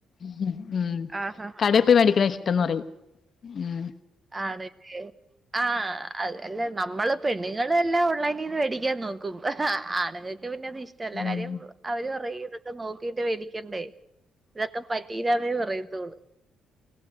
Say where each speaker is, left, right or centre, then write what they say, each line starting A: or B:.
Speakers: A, on the left; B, on the right.
A: മ്മ്
B: ആഹാഹാ.
A: കടെപ്പോയി മേടിക്കണ ഇഷ്ടംന്ന് പറയും മ്മ്
B: ആണല്ലേ ആ അത് അല്ല നമ്മള് പെണ്ണുങ്ങളെല്ലാം ഓൺലൈനിന്ന് മേടിക്കാൻ നോക്കും ആണുങ്ങ പിന്നെ അത് ഇഷ്ടല്ല
A: ഉം
B: കാര്യം അവര് പറയും ഇതൊക്കെ നോക്കിട്ട് വേടിക്കണ്ടേ ഇതൊക്കെ പറ്റിയിരാന്നെ പറയത്തോള്ളൂ